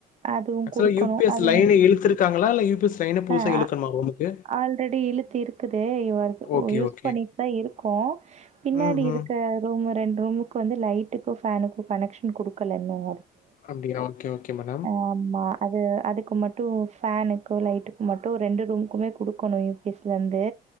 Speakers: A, on the right; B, on the left.
A: அதுவும்
B: ஆக்சுவலா
A: குடுக்கணும்
B: யூ பி எஸ்
A: அது
B: லைன இழுத்துருக்காங்களா? இல்ல யூ பி எஸ் லைன புதுசா
A: அஹ்
B: இழுக்கணுமா ரூமுக்கு?
A: ஆல்ரெடி இழுத்து இருக்குது இ
B: ஓகே,
A: யூஸ்
B: ஓகே.
A: பண்ணிட்டு தான் இருக்கும் பின்னாடி
B: ம்,
A: இருக்க
B: ம்.
A: ரூம் ரெண்டு ரூமுக்கு வந்து லைட்டுக்கு ஃபேனுக்கு கனெக்ஷன் குடுக்கல இன்னும்
B: அப்டியா ஓகே ஓகே மன்
A: ஆமா அது அதுக் க்கு மட்டு ஃபேனுக்கு லைட்டுக்கு மட்டும் ரெண்டு ரூம்க்குமே குடுக்கணும் யு பி எஸ் லேந்து